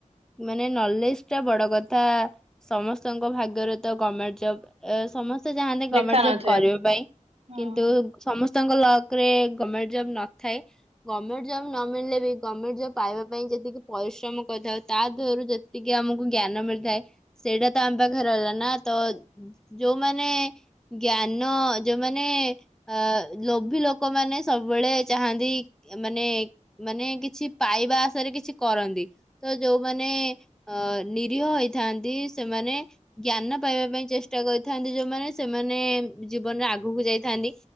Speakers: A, in the centre; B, on the right (about 50°).
A: ମାନେ ନଲେଜ ଟା ବଡ କଥା ସମସ୍ତଙ୍କ ଭାଗ୍ୟରେ ତ ଗମେଣ୍ଟ୍ ଜବ ସମସ୍ତେ ଚାହାଁନ୍ତି
B: ଲେଖା
A: ଗମେଣ୍ଟ
B: ନଥାଏ
A: ଜବ କରିବା ପାଇଁ।
B: ହୁଁ
A: କିନ୍ତୁ ସମସ୍ତଙ୍କ ଲକ ରେ ଗମେଣ୍ଟ ଜବ୍ ନଥାଏ। ଗମେଣ୍ଟ ଜବ ନ ମିଳିଲେ ବି ଗମେଣ୍ଟ ଜବ ପାଇବା ପାଇଁ ଯେତିକି ପରିଶ୍ରମ କରିଥାଉ ତା ଦେହରୁ ଯେତିକି ଆମକୁ ଜ୍ଞାନ ମିଳିଥାଏ ସେଇଟା ତ ଆମ ପାଖରେ ହେଲା ନା ତ ଯୋଉମାନେ ଜ୍ଞାନ ଯୋଉମାନେ ଅ ଲୋଭି ଲୋକମାନୋନେ ସବୁବେଳେ ଚାହାନ୍ତି ମାନେ ମାନେ କିଛି କିଛି ପାଇବା ଆଶାରେ କିଛି କରନ୍ତି ତ ଯୋଉମାନେ ଅ ନିରୀହ ହେଇ ଥାନ୍ତି ସେମାନେ ଜ୍ଞାନ ପାଇବା ପାଇଁ ଚେଷ୍ଟା କରିଥାନ୍ତି ଯୋଉମାନେ ସେମାନେ ଜୀବନରେ ଆଗକୁ ଯାଇଥାନ୍ତି।